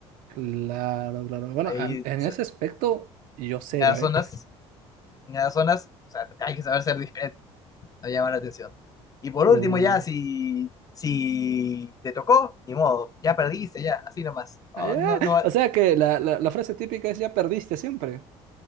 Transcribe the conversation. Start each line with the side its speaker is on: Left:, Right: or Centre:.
Right: Claro, claro. Bueno,
Left: Ahí,
Right: a- en
Left: se-
Right: ese aspecto, yo cero,
Left: en las
Right: ¿eh?
Left: zonas, en las zonas, o sea, hay que saber ser discreto, no llamar la atención. Y por
Right: Uh,
Left: último, ya, si, si te tocó, ni modo, ya perdiste, ya, así nomás.
Right: ah,
Left: No,
Right: ya.
Left: no, no,
Right: O sea que la, la la frase típica es ya perdiste siempre.